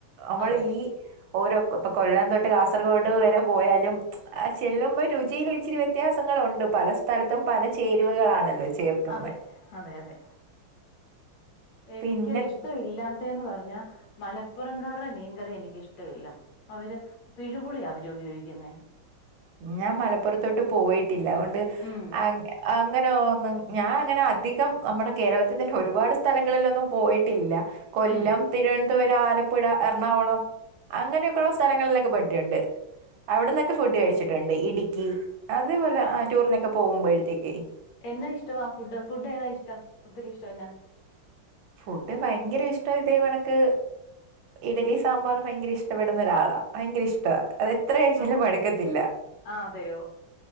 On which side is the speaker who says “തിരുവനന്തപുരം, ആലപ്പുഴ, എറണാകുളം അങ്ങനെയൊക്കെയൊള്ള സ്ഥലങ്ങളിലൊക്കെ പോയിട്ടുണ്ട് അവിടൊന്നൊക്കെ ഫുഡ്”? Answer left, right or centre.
Right